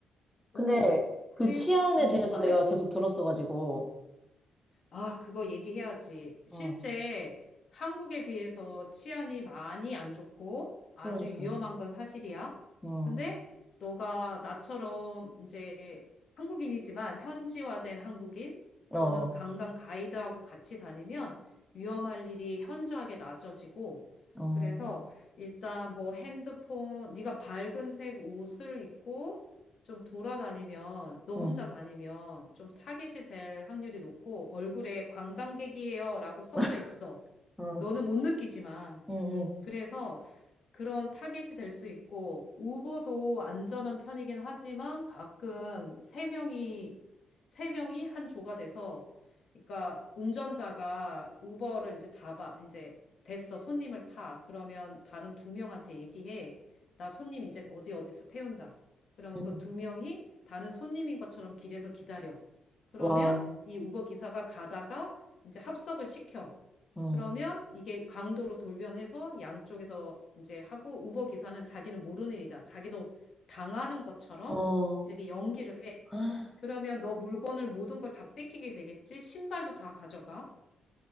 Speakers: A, in the centre; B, on the left (about 60°).
A: 근데
B: 어, 어. 그리고,
A: 그 치안에
B: 어, 어,
A: 대해서
B: 말해?
A: 내가 계속 들었어가지고,
B: 아, 그거 얘기해야지. 실제
A: 어,
B: 한국에 비해서 치안이 많이 안 좋고 아주
A: 그러니까,
B: 위험한 건 사실이야.
A: 어,
B: 근데 너가 나처럼 이제 한국인이지만 현지화된 한국인
A: 어,
B: 또는 관광 가이드하고 같이 다니면 위험할 일이 현저하게 낮아지고
A: 어,
B: 그래서 일단 뭐 핸드폰, 네가 밝은 색 옷을 입고 좀 돌아다니면, 너
A: 응,
B: 혼자 다니면 좀 타겟이 될 확률이 높고 얼굴에 관광객이에요라고 써져
A: <laughs>
B: 있어.
A: 어,
B: 너는 못 느끼지만.
A: 응, 응,
B: 그래서 그런 타깃이 될 수 있고, 우버도 안전한 편이긴 하지만 가끔 세 명이, 세 명이 한 조가 돼서, 그러니까 운전자가 우버를 이제 잡아, 이제 됐어, 손님을 타. 그러면 다른 두 명한테 얘기해. 나 손님 이제 어디 어디서 태운다. 그러면
A: 응.
B: 그 두 명이 다른 손님인 것처럼 길에서 기다려. 그러면
A: 와우,
B: 이 우버 기사가 가다가 이제 합석을 시켜.
A: 어,
B: 그러면 이게 강도로 돌변해서 양쪽에서 이제 하고 우버 기사는 자기는 모르는 일이다. 자기도 당하는 것처럼
A: 어.
B: 이렇게 연기를 해.
A: <gasps>
B: 그러면 너 물건을 모든 걸 다 뺏기게 되겠지? 신발도 다 가져가.